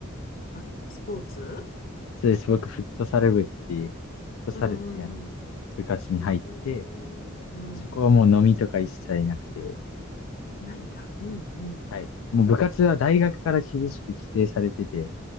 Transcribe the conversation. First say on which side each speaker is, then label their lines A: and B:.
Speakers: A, on the left (about 45°); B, on the left (about 70°).
A: あ、スポーツ
B: そうです。僕、フットサル部っていう、フットサルっていう
A: あうんうんうん。
B: 部活に入って、
A: ええ、うん。
B: そこはもう飲みとか一切なくて、
A: ないんだ。うんうん。
B: はい。もう部活は大学から厳しく規制されてて、